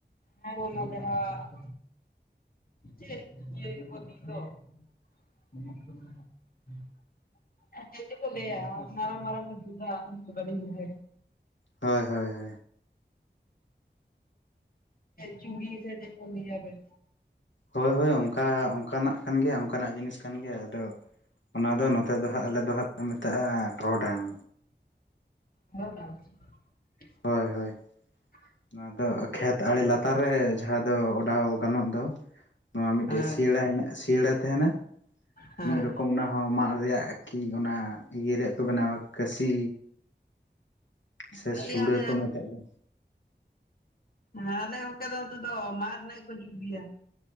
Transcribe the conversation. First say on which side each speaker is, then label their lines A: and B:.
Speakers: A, on the left (about 50°); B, on the left (about 85°).
A: ᱦᱮᱸ ᱚᱱᱟ ᱡᱟᱦᱟᱸ ᱪᱮᱫ <unintelligible> ᱛᱚ ᱢ <inaudible> ᱪᱮᱫ ᱪᱚᱠᱚ ᱞᱟᱹᱭᱟ ᱢᱟᱨᱟᱝ ᱢᱟᱨᱟᱝ ᱵᱩᱡᱷᱟᱹ <inaudible>
B: ᱦᱚᱭ ᱦᱚᱭ
A: ᱪᱩᱲᱤ ᱥᱮ ᱪᱮᱫ ᱠᱚ ᱞᱟᱭᱟ ᱵᱮᱥ
B: ᱦᱚᱭ ᱦᱚᱭ ᱚᱱᱠᱟ ᱚᱱᱠᱟᱱᱟᱜ ᱠᱟᱱ ᱜᱮᱭᱟ ᱚᱱᱠᱟᱱᱟᱜ ᱡᱤᱱᱤᱥ ᱠᱟᱱ ᱜᱮᱭᱟ ᱫᱚ ᱚᱱᱟ ᱫᱚ ᱱᱚᱛᱮ ᱫᱚ ᱦᱟᱸᱜ ᱟᱞᱮ ᱫᱚ ᱦᱟᱸᱜ ᱞᱮ ᱢᱮᱛᱟᱜᱼᱟ ᱴᱚᱨᱚᱰᱟᱝ
A: ᱦᱚᱜ ᱵᱟᱝ <inaudible>
B: ᱦᱳᱭ ᱦᱳᱭ ᱱᱚᱣᱟ ᱫᱚ ᱠᱷᱮᱛ ᱟᱲᱮ ᱞᱟᱛᱟᱨ ᱨᱮ ᱡᱟᱦᱟᱸ ᱫᱚ ᱚᱰᱟᱣ ᱜᱟᱱᱚᱜ ᱫᱚ ᱱᱚᱣᱟ ᱢᱤᱫᱴᱮᱡ
A: ᱦᱮᱸ
B: ᱥᱤᱭᱟᱹᱲᱟ ᱦᱮᱱᱟᱜ ᱥᱤᱭᱟᱹᱲᱟ ᱛᱟᱦᱮᱱᱟ
A: ᱦᱮᱸ
B: ᱢᱤᱫ ᱨᱚᱠᱚᱢ ᱚᱱᱟ ᱦᱚᱸ ᱢᱟᱫ ᱨᱮᱭᱟᱜ ᱠᱤ ᱚᱱᱟ ᱤᱭᱟᱹ ᱨᱮᱭᱟᱜ ᱠᱚ ᱵᱮᱱᱟᱣᱟ ᱠᱟᱹᱥᱤ ᱥᱮ
A: ᱞᱟᱹᱭ
B: ᱥᱩᱲᱟ.
A: ᱟᱞᱮ ᱦᱮᱸ
B: ᱠᱚ ᱢᱮᱛᱟᱜ ᱟ
A: ᱦᱮᱸ ᱟᱞᱮ ᱚᱱᱛᱮ ᱫᱚ ᱱᱤᱛᱚᱜ ᱫᱚ ᱢᱟᱫ ᱨᱮᱱᱟᱜ ᱜᱮᱠᱚ ᱡᱩᱛ ᱜᱮᱭᱟ